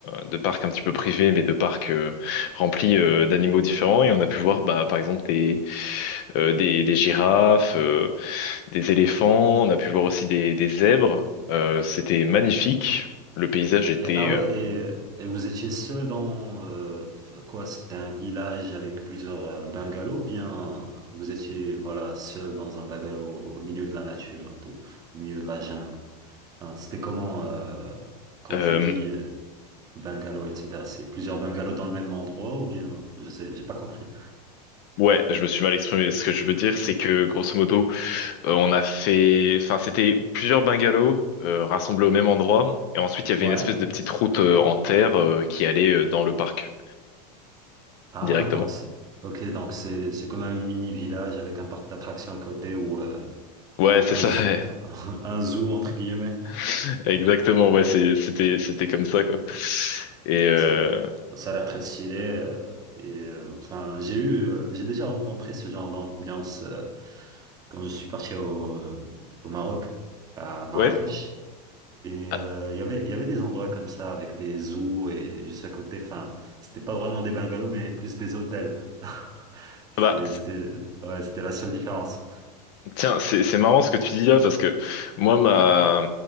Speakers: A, on the left (about 35°); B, on the right (about 20°).
A: de parcs un petit peu privés, mais de parcs euh, remplis euh, d'animaux différents. Et on a pu voir bah, par exemple des, euh, des, des girafes, euh, des éléphants, on a pu voir aussi des, des zèbres. Euh, c'était magnifique, le paysage était...
B: Et, ah ouais, et, et vous étiez seul dans euh, f- quoi? C'était un village avec plusieurs euh, bungalows, ou bien vous étiez voilà seul dans un bungalow au milieu de la nature, tout, au milieu de la jungle. Enfin, c'était comment euh, quand
A: euh,
B: tu dis
A: euh,
B: euh, bungalow, etc. C'est plusieurs bungalows dans le même endroit ou bien je sais, j'ai pas compris.
A: Ouais, je me suis mal exprimé. Ce que je veux dire, c'est que grosso modo, euh, on a fait, enfin, c'était plusieurs bungalows euh, rassemblés au même endroit, et ensuite il y avait
B: Ouais.
A: une espèce de petite route euh, en terre euh, qui allait euh, dans le parc
B: Ah,
A: directement.
B: donc c'est... Ok, donc c'est c'est comme un mini village avec un parc d'attractions à côté ou euh,
A: Ouais,
B: un
A: c'est ça.
B: zoo
A: ouais.
B: <laughs> un zoo entre guillemets.
A: <laughs> Exactement. Ouais, c'est- c'était c'était comme ça quoi. Et euh,
B: Ça a l'air ça a l'air très stylé euh, et euh, enfin j'ai eu euh, j'ai déjà rencontré ce genre d'ambiance euh, quand je suis parti au, euh, au Maroc à Marrakech
A: ouais.
B: et
A: Ah,
B: euh, il y avait il y avait des endroits comme ça avec des zoos et juste à côté enfin c'était pas vraiment des bungalows mais plus des hôtels. <laughs> C'est-
A: bah,
B: C'était ouais, c'était la seule différence.
A: Tiens, c'est c'est marrant ce que tu dis là parce que moi ma